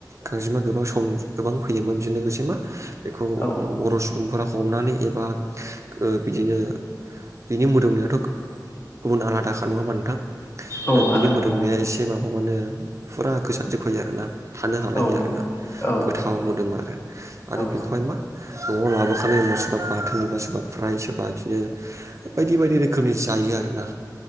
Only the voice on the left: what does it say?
औ
औ
आलादाखा
औ
औ
नोंथां औ